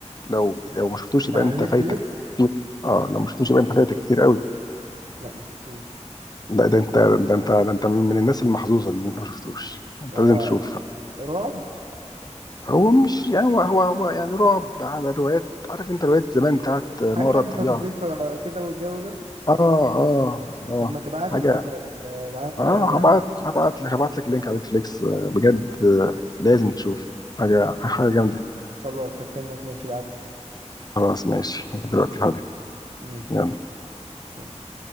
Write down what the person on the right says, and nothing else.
ده
على
نتفليكس
لا ما شفتوش
هو
رعب
حاجة
متفزيقة
كده والجو ده
طب ما تبعت
لي كده ال- ابعت
لي حاجة
خلاص هستناك ماشي ابعت لي
ماشي
سلام.